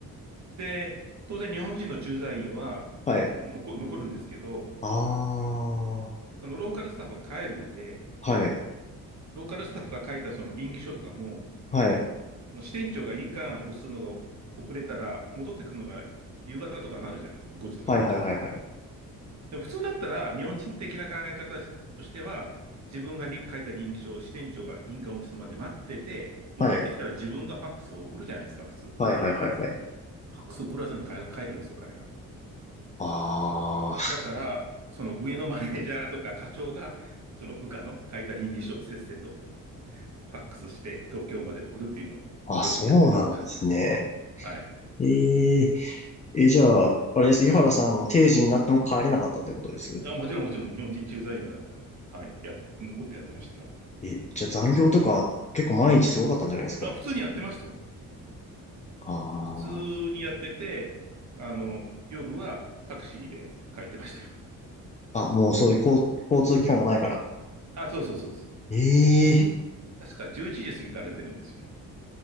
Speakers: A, on the right (about 40°); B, on the left (about 20°).
A: で、当然、日本人の駐在員は
B: はい。
A: 残、残るんですけど、
B: ああ、は
A: その、ローカルスタッフは帰るんで、
B: い、
A: ローカルスタッフが書いたその稟議書とかも、
B: はい、
A: 支店長が印鑑を押すのが遅れたら、戻ってくるのが夕方とかなるじゃないですか、5時とか6時とか。
B: はい、はい、はい、はい。
A: でも普通だったら、日本人的な考え方としては、自分がり書いた稟議書を支店長が印鑑を押すまで待ってて、戻ってきたら自分がファックスを送るじゃないですか、
B: はい。
A: 普通。フ
B: はいはいはいはい。
A: ァックス送らずに帰るんですよ、彼らは。
B: あ
A: だから、その上のマネージャーとか課長が、その部下の書いた稟議書をせっせとファックスして東京まで送るっていうのを夜やってたとか。
B: あ、あ、そうなんですね。
A: はい。
B: えええ、じゃあ、あれです。井原さんも定時になっても帰れなかったってことです。
A: もちろん、もちろん、日本人駐在員は、はい、や、残ってやってましたよ。
B: え、じゃあ残業とか結構毎日すごかったんじゃないですか。
A: まあ普通にやってましたよ。
B: あ
A: 普通にやってて、
B: あ。
A: あの、夜はタクシーで帰ってましたよ。
B: あ、もうそういう交、交通機関がないから。
A: あ、そうそうそうそう。
B: ええ
A: 確か11時過ぎたら出るんですよね。